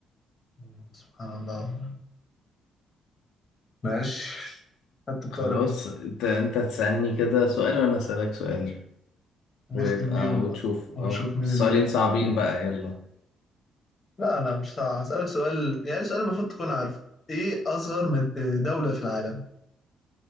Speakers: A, on the left; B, on the left.
A: مم. سبحان الله ماشي حتى بتعرف
B: خلاص
A: أنت
B: انت انت هتسألني كده سؤال وانا أسألك سؤال
A: نختم
B: ويبقى
A: بيهم
B: ونشوف
A: بقى
B: اه
A: ونشوف مين
B: السؤالين
A: اللي يكسب.
B: صعبين بقى يلا
A: لا لا مش صعب هسألك سؤال يعني سؤال المفروض تكون عارفه إيه أصغر مد... دولة في العالم؟